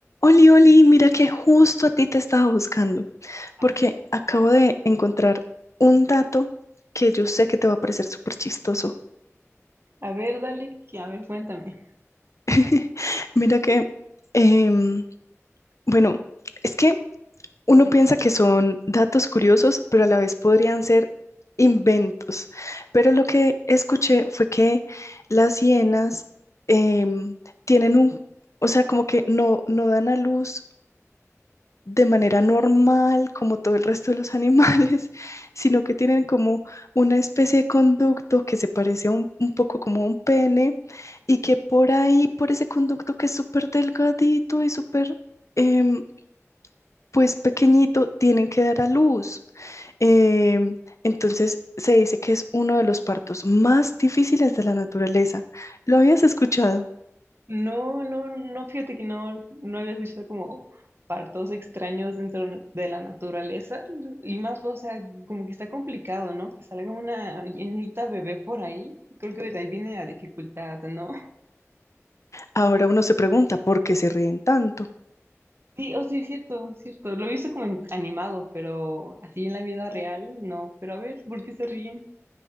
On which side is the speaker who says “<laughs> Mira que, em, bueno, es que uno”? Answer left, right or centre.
Left